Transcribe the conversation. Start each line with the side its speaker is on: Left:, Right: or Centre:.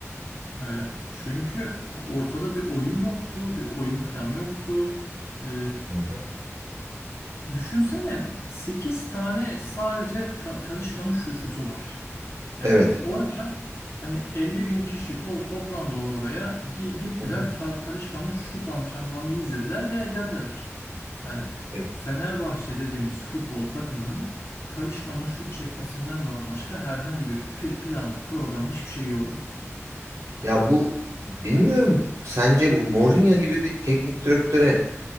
Left: E, çünkü ortada bir oyun yoktu, bir oyun planı yoktu. E,
Right: Hı hı.
Left: Düşünsene 8 tane sadece Ta- Talisca'nın şu şutu var. Ya
Right: Evet.
Left: bi- oraya hani elli bin kişi to toplandı or- oraya Gi- gittiler
Right: Hı hı.
Left: Ta Talisca'nın şut antrenmanını izlediler gel geldiler. Yani
Right: Evet.
Left: Fenerbahçe dediğimiz futbol takımının Talisca'nın şut çekmesinden ba- başka herhangi bir pi- planı programı hiçbir şey yo- yoktu.
Right: Ya bu bilmiyorum sence Mourinho gibi bir teknik direktöre